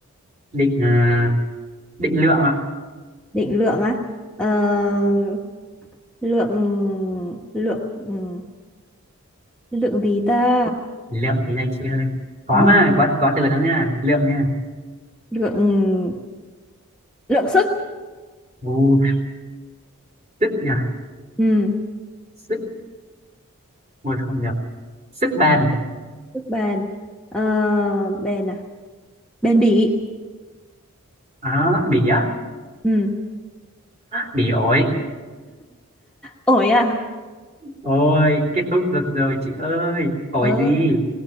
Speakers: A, on the right; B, in the centre.
A: định à định lượng ạ
B: định lượng á Ờ, lượng lượng ừ, lượng gì ta
A: lượng gì đây chị ơi có
B: Ừ.
A: mà có có từ đó nha lượng nha
B: lượng lượng sức
A: Ù, sức nha
B: ừ.
A: sức ôi không được sức bền
B: sức bền ờ, bền à bền bỉ
A: đó bỉ á
B: ừ.
A: bỉ ổi
B: ổi à
A: Ôi, kết thúc được rồi chị ơi. Hỏi
B: ờ,
A: gì?